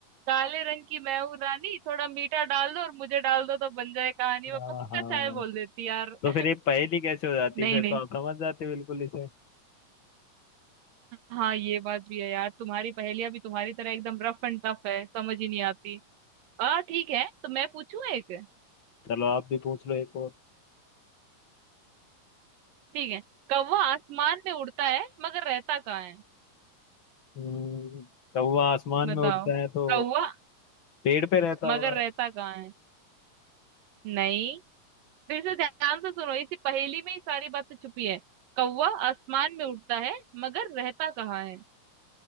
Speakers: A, on the right; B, on the left.
A: काले रंग की मैं हूँ रानी थोड़ा मीठा डाल दो और मुझे डाल दो तो बन जाए कहानी मैं
B: हाँ
A: पक्का
B: हाँ
A: चाय बोल देती यार
B: तो
A: <laughs>
B: फिर ये पहेली कैसे हो जाती
A: नहीं
B: फिर
A: नहीं
B: तो आप समझ जाते बिल्कुल इसे
A: हाँ ये बात भी है यार तुम्हारी पहेलियां भी तुम्हारी तरह एकदम रफ एंड टफ है समझ ही नहीं आती आ ठीक है तो मैं पूछूं एक
B: चलो आप भी पूछ लो एक और
A: ठीक है कौवा आसमान में उड़ता है मगर रहता कहाँ है
B: हम्म, कौवा आसमान
A: बताओ
B: में उड़ता है तो
A: कौवा
B: पेड़ पे रहता होगा
A: मगर रहता कहाँ है नहीं फिर से
B: तो
A: ध्यान से सुनो इसी पहेली में ही सारी बातें छुपी है कौवा आसमान में उड़ता है मगर रहता कहाँ है